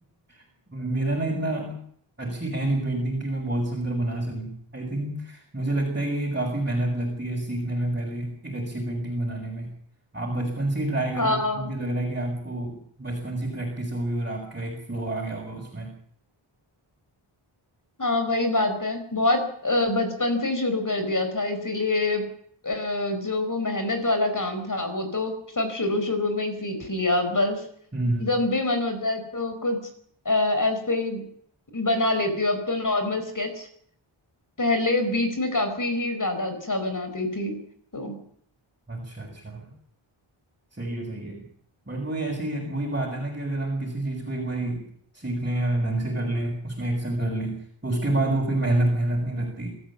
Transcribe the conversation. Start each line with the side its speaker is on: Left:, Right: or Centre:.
Right: <laughs> मेरा ना इतना अच्छी है नहीं पेंटिंग कि मैं बहुत सुंदर बना सकूं आई थिंक मुझे लगता है कि ये काफी मेहनत लगती है सीखने में पहले एक अच्छी पेंटिंग बनाने में आप बचपन से ही ट्राई कर
Left: हाँ
Right: रहे हो मुझे लग रहा है कि आपको बचपन से प्रैक्टिस होगी और आपका एक फ्लो आ गया होगा उसमें
Left: हाँ वही बात है बहुत अ, बचपन से ही शुरू कर दिया था इसीलिए अ, जो वो मेहनत वाला काम था वो तो सब शुरू शुरू में ही सीख लिया बस
Right: हम्म
Left: जब भी मन होता है तो कुछ अ, ऐसे ही बना लेती हूँ अब तो नॉर्मल स्केच पहले बीच में काफी ही ज्यादा अच्छा बनाती थी तो
Right: अच्छा अच्छा सही है सही है बट वही ऐसे ही है वही बात है ना कि अगर हम किसी चीज़ को एक बार सीख लें या ढंग से कर लें उसमें एक्सेल कर लें तो उसके बाद वो फिर मेहनत मेहनत नहीं लगती